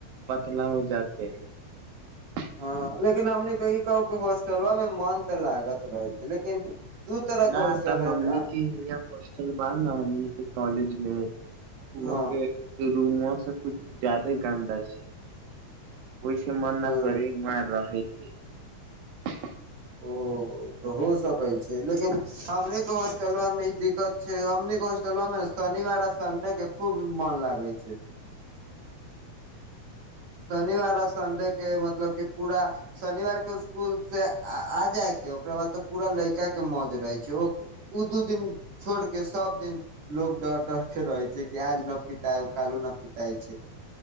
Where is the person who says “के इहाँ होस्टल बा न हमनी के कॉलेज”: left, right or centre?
Right